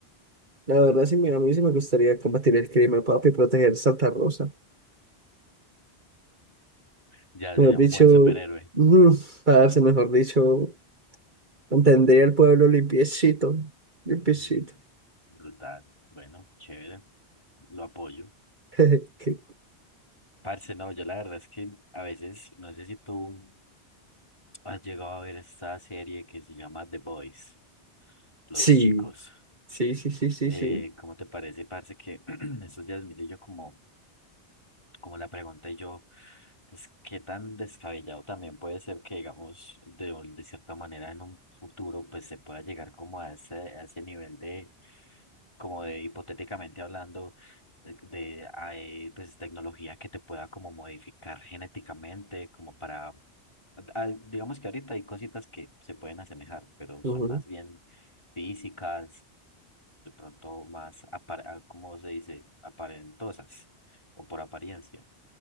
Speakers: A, on the right; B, on the left.
A: La verdad, sí, mira, a mí sí me gustaría combatir el crimen, papi, proteger Santa Rosa.
B: Ya
A: Mejor
B: sería
A: dicho,
B: un buen superhéroe.
A: mm, parce, mejor dicho, mantendría el pueblo limpiecito, limpiecito.
B: Mm, Brutal, bueno, chévere, lo apoyo.
A: <laughs>
B: Parce, no, yo la verdad es que a veces, no sé si tú ¿Has llegado a ver esta serie que se llama The Boys, Los
A: Sí,
B: Chicos?
A: sí, sí, sí, sí,
B: Eh,
A: sí.
B: ¿cómo te parece, parce, que <clears throat> estos días miré yo como como le pregunté yo, pues qué tan descabellado también puede ser que, digamos, de, un- de cierta manera en un futuro, pues se pueda llegar como a ese, a ese nivel de, como de hipotéticamente hablando, de, de, hay, pues tecnología que te pueda como modificar genéticamente, como para, ah, digamos que ahorita hay cositas que se pueden asemejar, pero
A: Ujú.
B: son más bien físicas, de pronto más, apar- ah, ¿cómo se dice? Aparentosas o por apariencia.